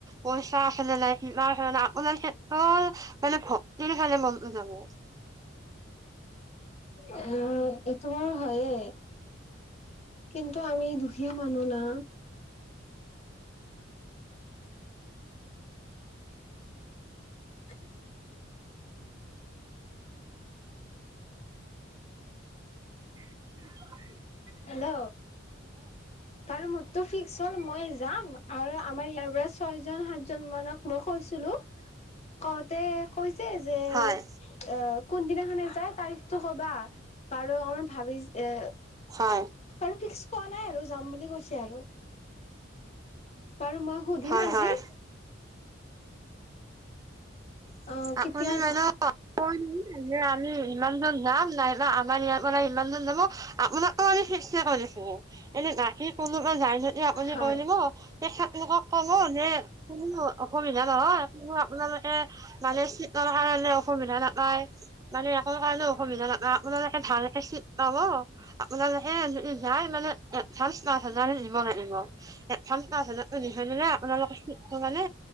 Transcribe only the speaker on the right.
পইচা আছে নে নাই <unintelligible> কাৰণে আপোনাৰ কেৱল মানে ভক্তিৰ কাৰণে মনটো যাব।
<inaudible>
হয়
হয়
হয়
হয় <unintelligible>
<unintelligible> আমি ইমানজন যাম নাইবা আমাৰ ইয়াৰপৰা ইমানজন যাব আপোনাকটো আমি ফিক্সে কৰি লৈছোঁ। এনে বাকী কোনোবা যায় যদি আপুনি
কৈ দিব। তেখেতলোকক ক'ব যে কোনো অসুবিধা নহয় সেইকাৰণে আপোনালোকে মানে চিটৰ কাৰণে অসুবিধা নাপায় মানে <unintelligible> কাৰণে অসুবিধা নাপায়। আপোনালোকে ভালকে চিট পাব। আপোনালোকে যদি যাই মানে এ ভাল <unintelligible> দিব লাগিব। এডভান্স পাঁচ হাজাৰটো দি থৈ দলে আপোনালোকে চিটটো পালে।